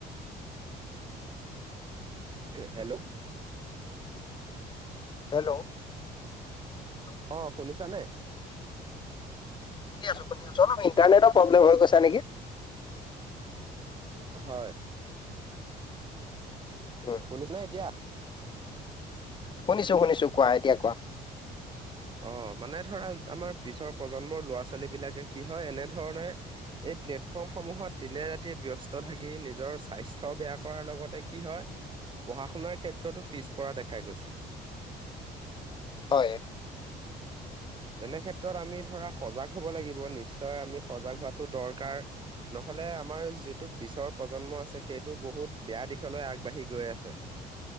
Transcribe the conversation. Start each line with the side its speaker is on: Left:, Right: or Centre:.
Right: হেল্ল'!
Left: হেল্ল'! হেল্ল',
Right: অ শুনিছানে?
Left: শুনি আছো শুনি আছো। অলপণ্টাৰনেটৰ প্ৰবলেম হৈ গৈছে নেকি
Right: হয়।
Left: উম,
Right: শুনিছেনে এতিয়া?
Left: শুনিছোঁ, শুনিছোঁ কোৱা এতিয়া কোৱা।
Right: অ' মানে ধৰা আমাৰ পিছৰ প্ৰজন্মৰ ল'ৰা ছোৱালী বিলাকে কি হয়, এনেধৰণে এই প্লেটফৰ্মসমূহত দিনে ৰাতিয়ে ব্যস্ত থাকি নিজৰ স্বাস্থ্য বেয়া কৰাৰ লগতে কি হয় পঢ়া শুনাৰ ক্ষেত্ৰতো পিছপৰা দেখা গৈছে।
Left: হয়।
Right: তেনেক্ষেত্ৰত আমি ধৰা সজাগ হ'ব লাগিব, নিশ্চয় আমি সজাগ হোৱাটো দৰকাৰ। নহ'লে আমাৰ যিটো পিছৰ প্ৰজন্ম আছে। সেইটো বহুত বেয়া দিশলৈ আগবাঢ়ি গৈ আছে।